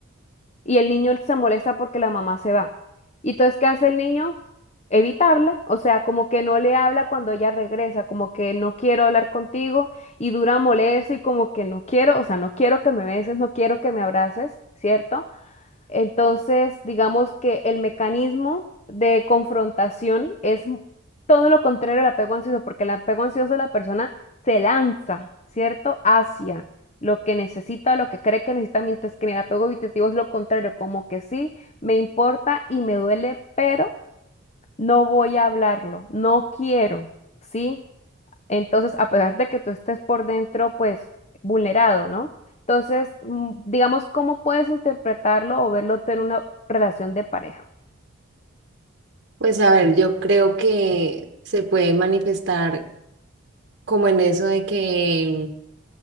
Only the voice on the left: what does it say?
y el niño se molesta porque la mamá se va. Y entonces, ¿qué hace el niño? Evitarla, o sea, como que no le habla cuando ella regresa, como que no quiero hablar contigo y dura molesto y como que no quiero, o sea, no quiero que me beses, no quiero que me abraces, ¿cierto? Entonces, digamos que el mecanismo de confrontación es mu- todo lo contrario al apego ansioso, porque el apego ansioso la persona se lanza, ¿cierto? Hacia lo que necesita o lo que cree que necesita, mientras que en el apego evitativo es lo contrario, como que sí, me importa y me duele, pero no voy a hablarlo, no quiero, ¿sí? Entonces, a pesar de que tú estés por dentro, pues, vulnerado, ¿no? Entonces, mm, digamos, ¿cómo puedes interpretarlo o verlo tú en una relación de pareja?